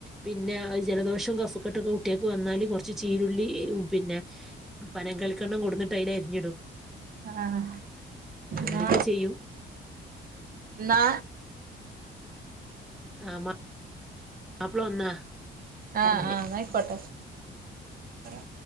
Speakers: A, in the centre; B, on the right.
A: പിന്നെ ജലദോഷം കഫക്കെട്ടൊക്കെ കുട്ടികക്ക് വന്നാല് കുറച്ച് ചീരുള്ളി പിന്നെ പനം കൽിക്കണ്ണം കൊടുട്ട ട്ടയില് അരിഞ്ഞിടും.
B: ആഹ്
A: അങ്ങനെയൊക്കെ
B: ന
A: ചെയ്യും
B: നാ
A: ആമ്മ. മാപ്പള വന്നാ
B: ആഹ്
A: വന്നല്ലേ
B: ആഹ് ന കൊട്ട അരാ